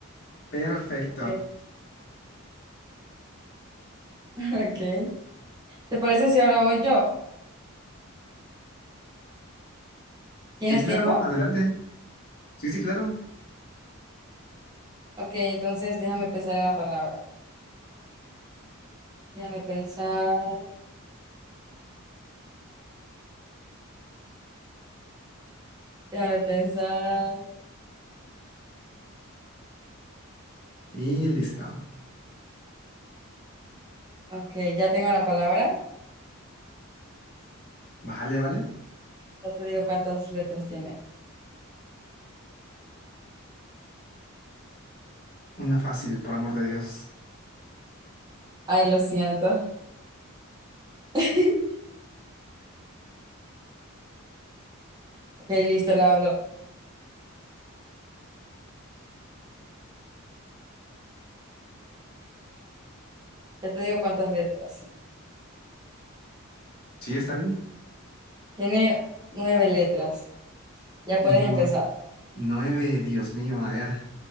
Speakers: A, on the left; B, on the right.
A: perfecto.
B: Ok, <laughs> ok. ¿Te parece si ahora voy yo? ¿Tienes
A: Sí, claro,
B: tiempo?
A: adelante. Sí, sí, claro.
B: Ok, entonces déjame pensar en la palabra. Déjame pensar, déjame pensar.
A: Y listo.
B: Ok, ya tengo la palabra.
A: Vale, vale.
B: Ya te digo cuántas letras tiene.
A: Una fácil, por amor de Dios.
B: Ay, lo siento. <laughs> Ok, listo, la Ya te digo cuántas letras.
A: ¿Sí está bien?
B: Tiene nueve letras. Ya
A: No,
B: puedes empezar.
A: nueve, Dios mío, a ver.